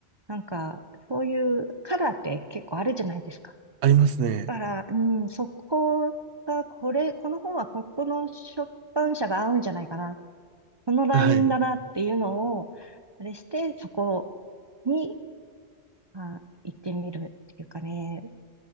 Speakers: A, on the right; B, on the right.
A: なんか、そういうカラーって結構あるじゃないですか。
B: ありますね。
A: だから、うん、そこが、これ、この本はここの出版社が合うんじゃないかな。このラインだなっていうのを、
B: はい。
A: あれして、そこに、あ、行ってみるっていうかね、